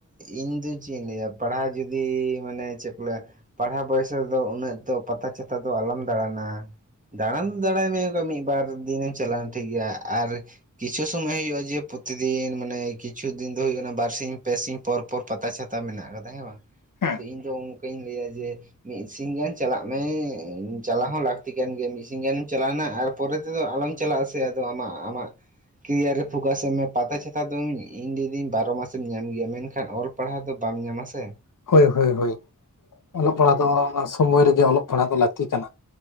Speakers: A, on the right; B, on the left.
A: ᱤᱧᱫᱚ ᱪᱮᱫ ᱤᱧ ᱞᱟᱹᱭᱟ ᱯᱟᱲᱦᱟᱣ ᱡᱩᱫᱤ ᱢᱟᱱᱮ ᱪᱮᱫ ᱠᱚ ᱞᱟᱹᱭᱟ ᱯᱟᱲᱦᱟᱣ ᱵᱚᱭᱚᱥ ᱨᱮᱫᱚ ᱩᱱᱟᱹᱜ ᱫᱚ ᱯᱟᱛᱟ ᱪᱷᱟ ᱱᱮᱛᱟᱨ ᱫᱚ ᱟᱞᱚᱢ ᱫᱟᱬᱟᱱᱟ ᱫᱟᱬᱟᱱ ᱫᱚ ᱫᱟᱬᱟᱭ ᱢᱮ ᱢᱤᱫ ᱵᱟᱨ ᱫᱤᱱᱮᱢ ᱪᱟᱞᱟᱣᱮᱱᱟ ᱴᱷᱤᱠ ᱜᱮᱭᱟ ᱟᱨ ᱠᱤᱪᱷᱩ ᱥᱩᱚᱢᱚᱭ ᱦᱩᱭᱩᱜ-ᱟ ᱡᱮ ᱯᱨᱚᱛᱤᱫᱤᱱ ᱢᱟᱱᱮ ᱠᱤᱪᱷᱩ ᱫᱤᱱ ᱫᱚ ᱦᱩᱭᱩᱜ ᱠᱟᱱᱟ ᱵᱟᱨᱥᱤᱧ ᱯᱮ ᱥᱤᱧ ᱯᱚᱨ ᱯᱚᱨ ᱯᱟᱛᱟ ᱪᱷᱟᱛᱟ ᱢᱮᱱᱟᱜ ᱟᱠᱟᱫᱟ ᱦᱮᱸ ᱵᱟᱝ
B: ᱦᱮᱸ
A: ᱟᱫᱚ ᱤᱧ ᱫᱚ ᱚᱝᱠᱟᱧ ᱞᱟᱹᱭᱟ ᱡᱮ ᱢᱤᱫ ᱥᱤᱧ ᱜᱟᱱ ᱪᱟᱞᱟᱜ ᱢᱮ ᱪᱟᱞᱟᱣ ᱦᱚᱸ ᱞᱟᱹᱠᱛᱤ ᱠᱟᱱᱜᱮᱭᱟ ᱢᱤᱫ ᱥᱤᱧ ᱜᱟᱱᱮᱢ ᱪᱟᱞᱟᱣᱱᱟ ᱟᱨ ᱯᱚᱨᱮ ᱛᱮᱫᱚ ᱟᱞᱚᱢ ᱪᱟᱞᱟᱜᱼᱟ ᱥᱮ ᱠᱨᱤᱭᱟᱨ ᱫᱚ ᱟᱢᱟᱜ ᱟᱢᱟᱜ ᱠᱮᱨᱤᱭᱟᱨ ᱨᱮ ᱯᱷᱳᱠᱟᱥ ᱮᱢ ᱢᱮ ᱯᱟᱛᱟ ᱪᱷᱟᱛᱟ ᱫᱚ ᱤᱧ ᱞᱟᱹᱭᱫᱟᱹᱧ ᱵᱟᱨᱚ ᱢᱟᱥ ᱧᱟᱢ ᱜᱮᱭᱟ ᱢᱮᱱᱠᱷᱟᱱ ᱚᱞ ᱯᱟᱲᱦᱟᱣ ᱫᱚ ᱵᱟᱢ ᱧᱟᱢᱟ ᱥᱮ
B: ᱦᱚᱭ ᱦᱚᱭ ᱦᱚᱭ ᱚᱞᱚᱜ ᱯᱟᱲᱦᱟᱜ ᱫᱚ ᱚᱱᱟ ᱥᱚᱢᱚᱭ ᱨᱮᱜᱮ ᱚᱞᱚᱜ ᱯᱟᱲᱦᱟᱜ ᱫᱚ ᱞᱟᱹᱠᱛᱤ ᱠᱟᱱᱟ᱾